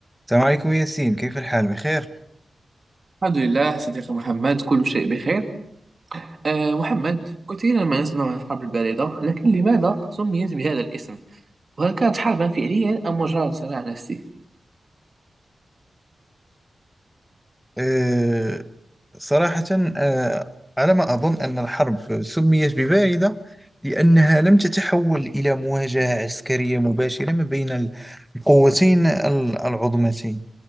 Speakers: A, in the centre; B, on the right.
A: السلام عليكم ياسين كيف الحال بخير؟
B: الحمد لله صديقي محمد كل شيء بخير أه محمد كثيرا ما نسمع عن الحرب الباردة لكن لماذا سميت بهذا الاسم وهل كانت حربا فعليا أم مجرد صراع نفسي
A: أه صراحة أه على ما أظن أن الحرب سميت بباعدة لأنها لم تتحول إلى مواجهة عسكرية مباشرة ما بين القوتين ال- العظمتين